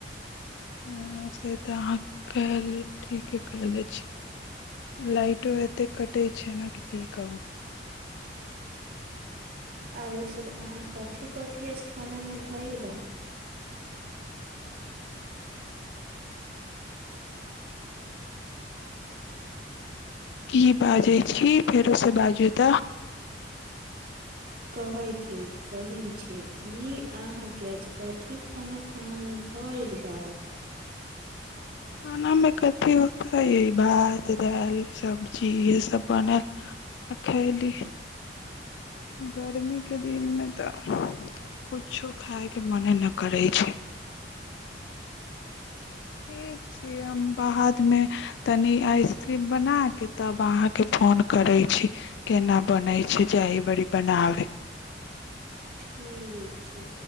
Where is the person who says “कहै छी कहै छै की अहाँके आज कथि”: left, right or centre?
Right